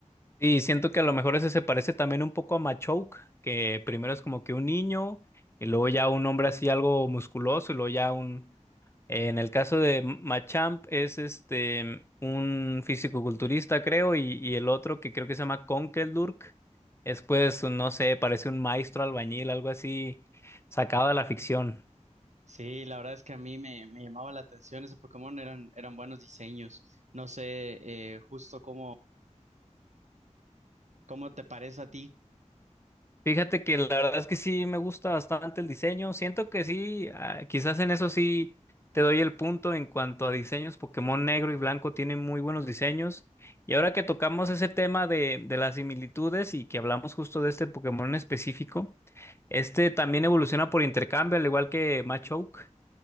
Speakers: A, on the left; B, on the right.
A: Y siento que a lo mejor ese se parece también un poco a Machoke, que primero es como que un niño, y luego ya un hombre así algo musculoso, y luego ya un... eh, en el caso de Machamp es este un fisicoculturista, creo, y, y el otro que creo que se llama Conkeldurk, es pues, un- no sé, parece un maestro albañil, algo así sacado de la ficción.
B: Sí, la verdad es que a mí me, me llamaba la atención ese Pokémon, eran, eran buenos diseños. No sé eh, justo cómo, cómo te parece a ti.
A: Fíjate que la verdad es que sí me gusta bastante el diseño. Siento que sí, ah, quizás en eso sí te doy el punto en cuanto a diseños. Pokémon negro y blanco tienen muy buenos diseños. Y ahora que tocamos ese tema de, de las similitudes y que hablamos justo de este Pokémon en específico, este también evoluciona por intercambio, al igual que Machoke.